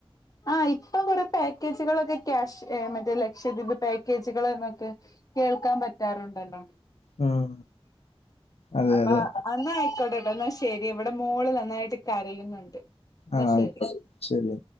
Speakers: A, on the left; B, on the left.
A: ആഹ് ഇപ്പൊ കൊറെ പാക്കേജുകളൊക്കെ ക്യാഷ് മറ്റേ ലക്ഷദ്വീപ് പാക്കേജുകൾ എന്നൊക്കെ കേൾക്കാൻ പറ്റാറുണ്ടല്ലോ
B: ഉം അതെ
A: അപ്പൊ
B: അതെ
A: അന്നയിക്കോട്ടെട്ടോ എന്നാ ശരി ഇവിടെ മോള് നന്നായിട്ട് കരയുന്നുണ്ട് എന്നാ
B: ആഹ് ആയിക്കോട്ടേ
A: ശരി
B: ശരിയ